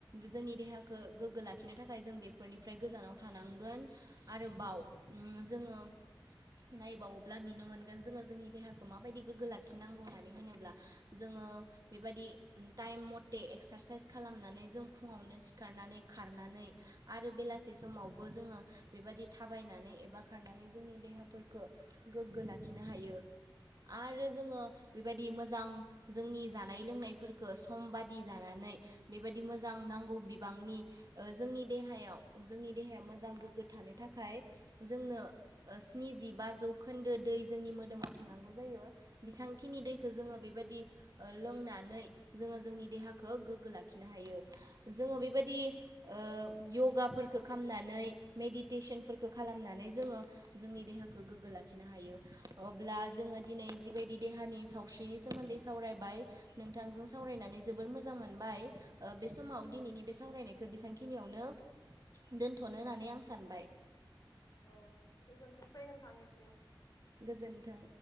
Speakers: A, on the right (about 50°); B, on the left (about 50°).
A: जोंनि देहा, खो गोग्गो लाखिनो थाखाय जों बेफोरनिफ्राय गोजानाव थानांगोन आरोबाव उम जोङो नायबावोब्ला नुनो मोनगोन जोङो जोंनि देहाखौ माबायदि गोग्गो लाखिनांगौ होननानै होनोब्ला जोङो ओ बेबादि उम टाइम मते एक्सारसाइस खालामनानै जों फुङावनो सिखारनानै खार नानै आरो बेलासे समावबो जोङो बेबादि थाबायनानै एबा खारनानै जोंनि देहाफोरखो गोग्गो लाखिनो हायो आरो जोङो बेबायदि मोजां जोंनि जानाय लोंनायफोरखो सम बादि जानानै बेबादि मोजां ना नांगौ बिबांनि ओ जोंनि देहायाव जोंनि देहाया मोजां गोग्गो थानो थाखाय जोंनो ओ स्निजि बा जौखोन्दो दै जोंनि मोदोमाव थानांगौ जायो बेसांखिनि दैखो जोङो बेबादि ओ लोंनानै जोङो जोंनि देहाखो गोग्गो लाखिनो हायो। जोङो बेबायदि ओ य'गाफोरफोरखो खामनानै मेडिटेसनफोरखो खालामनानै जोङो जोंनि देहाखो गोग्गो लाखिनो हायो। अब्ला जोङो दिनै जिबायदि देहानि सावस्रिनि सोमोन्दै सावरायबाय नोंथांजों सावरायनानै जोबोर मोजां मोनबाय ओ बे समाव दिनैनि बे सावरायनायखो बेसांखिनियावनो दोनथ'नो होननानै आं सानबाय।
B: औ गोजोनथोंसै नोंथांनिसिम।
A: गोजोन्थों।